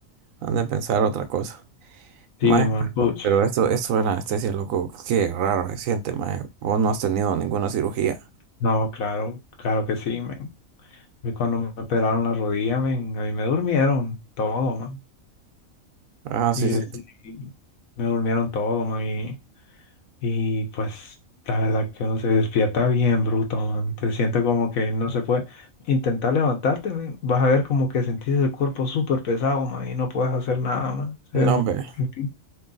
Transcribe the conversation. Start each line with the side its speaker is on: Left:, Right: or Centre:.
Right: Han de pensar otra cosa.
Left: Sí,
Right: Mae,
Left: man,
Right: pero,
Left: pucha.
Right: pero esto, esto de anestesia, loco, qué raro se siente, mae. Vos no has tenido ninguna cirugía.
Left: No, claro, claro que sí, men. A mí Cuando me operaron la rodilla, men, a mí me durmieron todo, man.
Right: Ah,
Left: Y,
Right: sí, sí.
Left: este, y me durmieron todo, man, Y pues la verdad que uno se despierta bien bruto, man. Te sientes como que no se puede intentar levantarte, man, Vas a ver como que sentís el cuerpo súper pesado, man, y no puedes hacer nada, man. O sea,
Right: No, hombre.
Left: sentí-